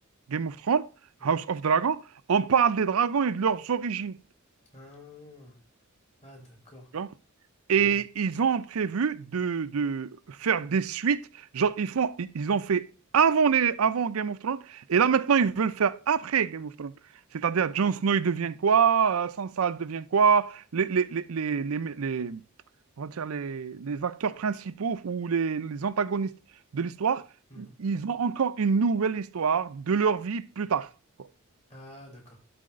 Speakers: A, on the right; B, on the left.
A: Game of Thrones,
B: Mhm.
A: House of Dragon, on parle des dragons et de leurs origines.
B: Ah, Ah, d'accord.
A: tu vois. Et
B: Mhm.
A: ils ont prévu de, de faire des suites. Genre, ils font, ils ils ont fait avant, les, avant Game of Thrones. Et là, maintenant, ils veulent faire après Game of Thrones. C'est-à-dire, Jon Snow, il devient quoi? Euh, Sansa, elle devient quoi? Les, les, les, les, les, les- on va dire les, les acteurs principaux ou les, les antagonistes de l'histoire,
B: Mhm.
A: ils ont encore une nouvelle histoire de leur vie plus tard. quoi.
B: Ah, d'accord.